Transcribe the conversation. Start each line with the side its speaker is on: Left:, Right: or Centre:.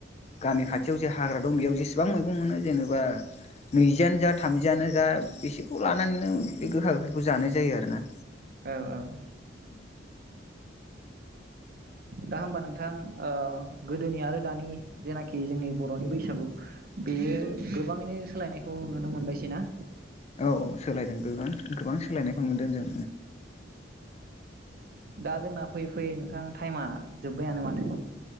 Left: गामि खाथियाव जे हाग्रा दं बेयाव जेसेबां मैगं मोनो जेनेबा नैजियानो जा थामजियानो जा बेसेखौ लानानैनो बे गोखा गोखैखौ जानाय जायो आरो ना
Right: औ औ
Left: उ
Right: दा होमबा नोंथां ओ गोदोनि आरो दानि जेनाखि जोंनि बर'नि बैसागु बेयो गोबाङैनो सोलायनाय खौ नुनो मोनबायसै ना
Left: औ औ सोलायदों गोबां गोबां सोलायनायखौ नुदों जों
Right: दा जोंना फैयै फैयै नोंथां टाइमा जोब्बायानो माथो